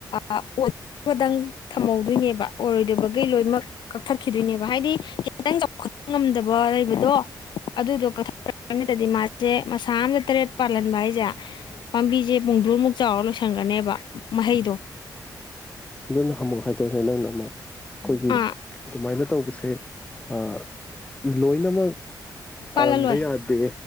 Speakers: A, on the left; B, on the left.
A: ꯑꯣꯗꯪ ꯊꯝꯍꯧꯗꯣꯏꯅꯦꯕ ꯑꯣꯔꯣꯏꯗꯕꯈꯩ ꯂꯣꯏꯅꯃꯛ ꯀꯛꯊꯠꯈꯤꯗꯣꯏꯅꯦꯕ ꯍꯥꯏꯗꯤ ꯈꯤꯇꯪ ꯆꯥꯎꯈꯠꯄ ꯉꯝꯗꯕ ꯂꯩꯕꯗꯣ ꯑꯗꯨꯗꯣ ꯀꯛꯊꯅꯤꯗꯗꯤ ꯃꯥꯁꯦ ꯁꯦ ꯃꯁꯥ ꯑꯝꯗ ꯇꯔꯦꯠ ꯄꯥꯜꯍꯟꯕ ꯍꯥꯏꯁꯦ ꯄꯥꯝꯕꯤꯁꯦ ꯄꯨꯡꯗꯨꯣꯃꯨꯛ ꯆꯥꯎꯔ ꯂꯣꯏꯁꯟꯒꯅꯦꯕ ꯃꯍꯩꯗꯣ
B: ꯑꯗꯨꯅ ꯍꯝꯃ ꯍꯥꯏꯇꯥꯔꯦꯅꯦ ꯅꯪꯅ ꯑꯃ ꯑꯩꯈꯣꯏꯒꯤ ꯑꯗꯨꯃꯥꯏꯅ
A: ꯑꯥ
B: ꯇꯧꯕꯁꯦ ꯑ ꯂꯣꯏꯅꯃꯛ ꯄꯥꯍꯟꯕ
A: ꯄꯥꯜꯍꯜꯂꯣꯏ
B: ꯌꯥꯗꯦ